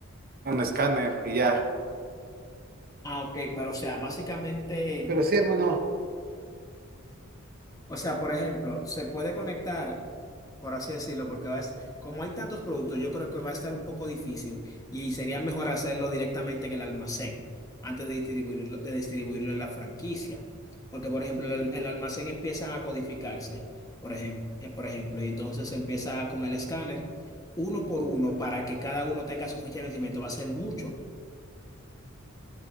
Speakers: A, on the right; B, on the left.
A: un escáner y ya
B: Ah, ok, pero o sea, básicamente,
A: Pero sí, hermano,
B: o sea, por ejemplo, se puede conectar, por así decirlo, porque va a es- como hay tantos productos, yo creo que va a estar un poco difícil y sería mejor hacerlo directamente en el almacén antes de distribuirlo, de distribuirlo en la franquicia. Porque, por ejemplo, el, el almacén empiezan a codificarse, por ejemplo, por ejemplo, y entonces se empieza con el escáner uno por uno para que cada uno tenga su fecha de vencimiento. Va a ser mucho, o